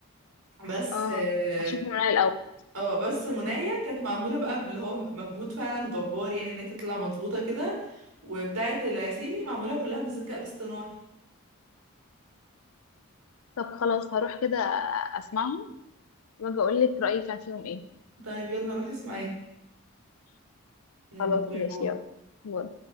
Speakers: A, on the right; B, on the left.
A: بس
B: اه
A: اه
B: هشوف من رأيي الاول
A: آه، بس منايا كانت معمولة بقى اللي هو مجهود فعلا جبار يعني ان هي تطلع مظبوطة كده وبتاعة العسيلي معمولة كلها بالذكاء الاصطناعي
B: طب خلاص هروح كده اسمعهم واجي اقول لك رأيي كان فيهم ايه
A: طيب يلا روحي اسمعيها يلا
B: خلاص
A: باي
B: ماشي
A: باي
B: يلا باي.